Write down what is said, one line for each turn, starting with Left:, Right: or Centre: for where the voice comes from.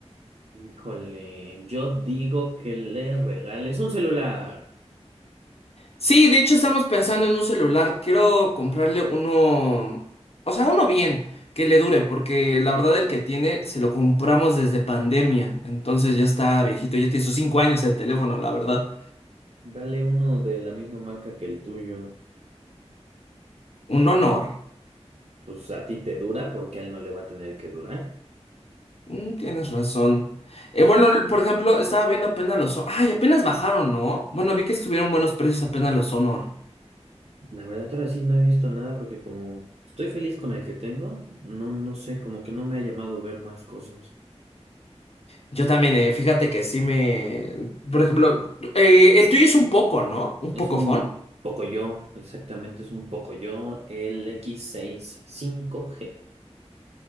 Right: Híjole, yo digo que le regales un celular.
Left: Sí, de hecho estamos pensando en un celular. Quiero comprarle uno, o sea, uno bien, que le dure, porque la verdad el que tiene se lo compramos desde pandemia. Entonces ya está viejito, ya tiene sus cinco años el teléfono, la verdad.
Right: Dale uno de la misma marca que el tuyo.
Left: Un honor.
Right: Pues a ti te dura porque a él no le va a tener que durar.
Left: Mm, tienes razón. Eh, bueno, l- por ejemplo, estaba viendo apenas los... Ho- Ay, apenas bajaron, ¿no? Bueno, vi que estuvieron buenos precios apenas los Honor.
Right: La verdad, ahora sí no he visto nada porque como estoy feliz con el que tengo, no, no sé, como que no me ha llamado ver más cosas.
Left: Yo también, eh, fíjate que sí me... Por ejemplo, eh, el tuyo es un poco, ¿no? Un
Right: Es
Left: poco
Right: un poco yo, exactamente, es un poco yo, el x seis cinco g